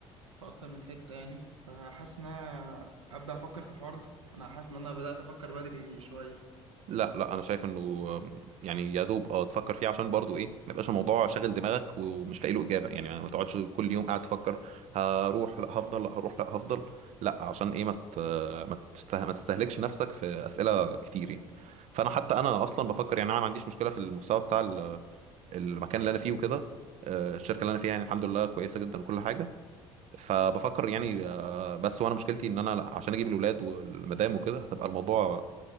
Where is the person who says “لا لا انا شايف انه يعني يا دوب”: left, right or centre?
Right